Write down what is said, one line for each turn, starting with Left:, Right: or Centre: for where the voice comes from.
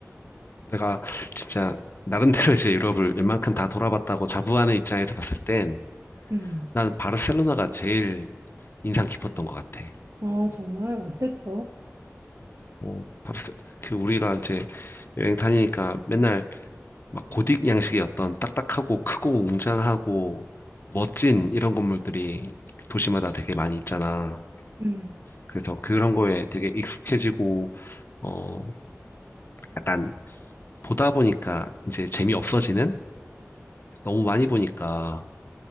Left: 내가 진짜 나름대로 이제 유럽을 웬만큼 다 돌아봤다고 자부하는 입장에서 봤을 땐
Right: 음.
Left: 나는 바르셀로나가 제일 인상 깊었던 것 같아.
Right: 아, 정말? 어땠어?
Left: 어, 바르셀, 그 우리가 이제 여행 다니니까 맨날 막 고딕 양식의 어떤 딱딱하고 크고 웅장하고 멋진 이런 건물들이 도시마다 되게 많이 있잖아.
Right: 음.
Left: 그래서 그런 거에 되게 익숙해지고, 어, 약간 보다 보니까 이제 재미없어지는? 너무 많이 보니까